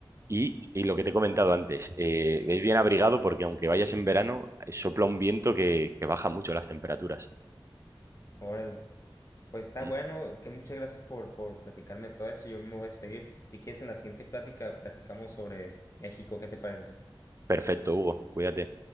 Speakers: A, on the right (about 35°); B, on the left (about 35°).
A: y, y lo que te he comentado antes, eh, es bien abrigado porque aunque vayas en verano, eh, sopla un viento que, que baja mucho las temperaturas.
B: órale. Pues está
A: Mm.
B: bueno, que muchas gracias por, por platicarme todo eso. Yo me voy a despedir. Si quieres, en la siguiente plática platicamos sobre México. ¿Qué te parece?
A: Perfecto, Hugo, cuídate.